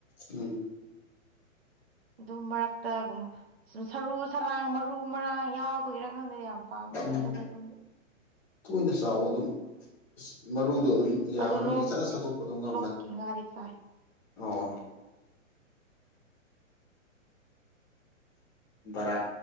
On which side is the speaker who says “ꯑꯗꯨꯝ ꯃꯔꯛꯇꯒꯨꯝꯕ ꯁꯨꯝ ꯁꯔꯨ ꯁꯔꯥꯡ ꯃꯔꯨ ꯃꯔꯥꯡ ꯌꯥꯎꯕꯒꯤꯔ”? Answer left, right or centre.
Right